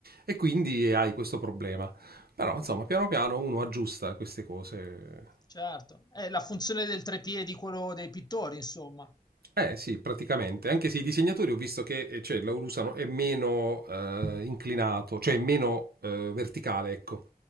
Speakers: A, on the right; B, on the left.
A: e quindi hai questo problema. Però, insomma, piano piano uno aggiusta queste cose.
B: certo. È la funzione del 3 piedi, quello dei pittori, insomma.
A: Eh sì, praticamente. Anche se i disegnatori ho visto che eh, cioè, l'Aurusano è meno eh, inclinato, cioè è meno eh, verticale, ecco.